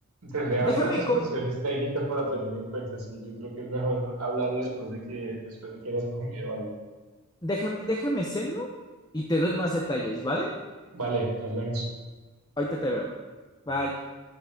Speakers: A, on the right (about 80°); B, on the left (about 20°).
A: Tendría
B: Déjame,
A: bastantes
B: com-
A: cuestiones técnicas para tener en cuenta, sí. Yo creo que es mejor hablarlo después de que, después de que hayas comido algo.
B: déjame, déjame seno y te doy más detalles, ¿vale?
A: Vale, nos vemos.
B: Ahorita te veo. Bye.